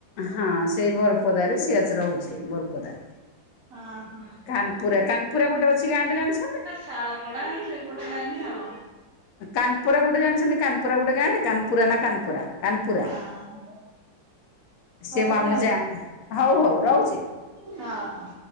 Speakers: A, on the left; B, on the right.
A: ହଁ ସେଇ ବରପଦାରେ ସି ଆସି ରହୁଛି ବରପଦା
B: ହଁ ହଁ
A: କାନପୁରା କାନପୁରା ଗୋଟେ ଅଛି ଗାଁ ଟେ ଜାଣିଛନ୍ତି?
B: ଶଳପଡା ସେ ପଟ ଲାଇନି ଆଉ
A: କାନପୁରା ଗୋଟେ ଜାଣିଛନ୍ତି କାନପୁରା ଗୋଟେ ଗାଆଁଟେ କାନପୁରା ନା କାନପୁରା କାନପୁରା
B: ହଁ
A: ସିଏ
B: ହଉ
A: ମାମୁଜା
B: ତାହେଲେ।
A: ହଉ ହଉ ରହୁଛି।
B: ହଁ ହଁ।